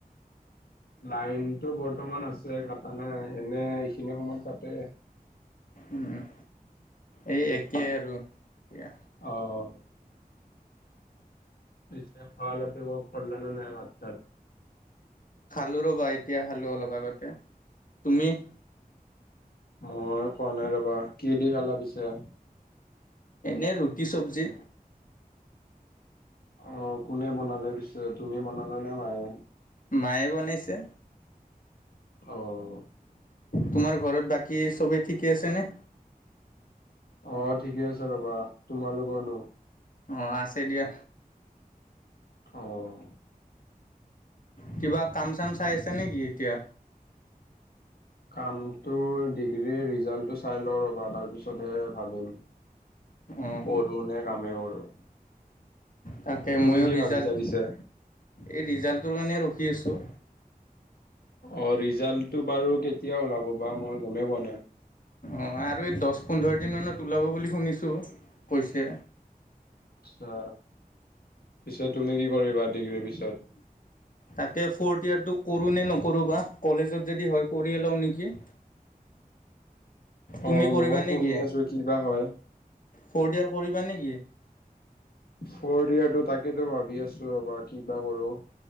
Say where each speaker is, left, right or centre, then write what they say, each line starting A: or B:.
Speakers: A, on the left; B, on the left.
A: লাইনতটো বৰ্তমান আছে কটা নাই এনে এইখিনি সময় কাটে।
B: উম' এই একেই আৰু এয়া।
A: অ' অ'। <unintelligible> নাই ভাত চাত
B: খালো ৰ'বা এতিয়া খালো অলপ আগতে তুমি?
A: মই খোৱা নাই ৰবা কি দি খালা পিছে?
B: এনেই ৰুটি চবজি
A: অ' কোনে বনালে পিছে তুমি বনালা নে মায়ে?
B: মায়ে বনাইছে।
A: অ'।
B: তোমাৰ ঘৰত বাকি চবেই ঠিকে আছে নে?
A: অ' ঠিকে আছে ৰবা তোমালোকৰ নো
B: অ আছে দিয়া।
A: অ'।
B: কিবা কাম চাম চাই আছে নেকি এতিয়া?
A: কামটো ডিগ্ৰীৰ ৰিজাল্টটো চাই লও ৰ'বা তাৰ পিছতহে ভাবিম।
B: অঁ
A: পহু নে কামেই কৰো।
B: তাকে
A: তুমি
B: ময়ো
A: কি
B: ৰিজাল্ট
A: ভাবিছা পিছে?
B: এই ৰিজাল্টটোৰ কাৰণে ৰখি আছোঁ।
A: অ' ৰিজাল্টটো বাৰু কেতিয়া ওলাব বা মই গমেই পোৱা নাই।
B: অ' আৰু এই দহ পোন্ধৰ দিন মানত ওলাব বুলি শুনিছো কৈছে।
A: আচ্ছা পিছে তুমি কি কৰিবা ডিগ্ৰীৰ পিছত?
B: তাকে ফ'ৰ্থ ইয়েটো কৰোঁ নে নকৰোঁ বা কলেজত যদি হয় কৰিয়ে লওঁ নেকি? তুমি
A: অ
B: কৰিবা
A: মইয়ো শুনি
B: নেকি?
A: আছো কিবা হয়।
B: ফৰ্থ ইয়েৰ কৰিবা নেকি?
A: ফৰ্থ ইয়েৰটৌ তাকেতো ভাবি আছো ৰ'বা কিবা কৰো।